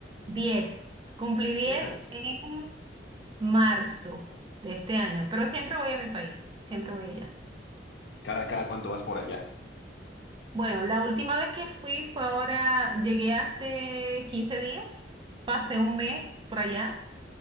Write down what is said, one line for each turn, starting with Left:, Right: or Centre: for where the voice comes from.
Right: diez, Cumplí 10
Left: Diez años.
Right: en marzo de este año, pero siempre voy a mi país, siempre voy allá.
Left: ¿Cada, cada cuánto vas por allá?
Right: Bueno, la última vez que fui fue ahora, llegué hace 15 días, pasé un mes por allá,